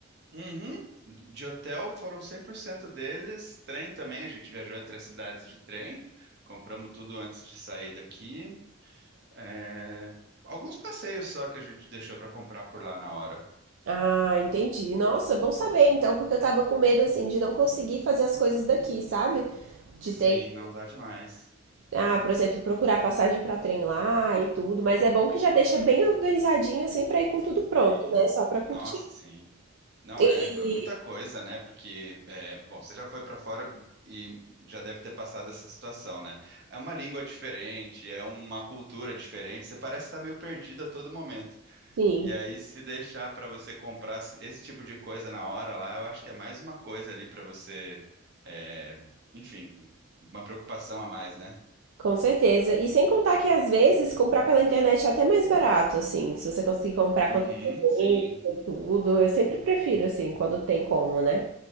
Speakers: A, on the right; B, on the right.
A: Uhum. De hotel foram 100% deles. Trem também, a gente viajou entre as cidades de trem. Compramos tudo antes de sair daqui. É, Alguns passeios só que a gente deixou pra comprar por lá na hora.
B: Ah, entendi. Nossa, bom saber então, porque eu tava com medo assim de não conseguir fazer as coisas daqui, sabe? De
A: Sim,
B: ter que
A: não dá demais.
B: Ah, por exemplo, procurar passagem para trem lá e tudo, mas é bom que já deixa bem organizadinho assim para ir com
A: Sim.
B: tudo pronto, né? Só para curtir.
A: Nossa, sim. Não
B: E-
A: é,
B: e-
A: é muita coisa, né? Porque, é, bom, você já foi pra fora e já deve ter passado essa situação, né? É uma língua diferente, é uma cultura diferente, você parece estar meio perdido a todo momento.
B: sim,
A: E aí, se deixar pra você comprar esse tipo de coisa na hora lá, eu acho que é mais uma coisa ali pra você, é, enfim, uma preocupação a mais, né?
B: com certeza. E sem contar que às vezes comprar pela internet é até mais barato, assim, se você conseguir comprar
A: Uhum,
B: com antecedência
A: sim,
B: e tudo, eu sempre prefiro assim, quando tem como, né?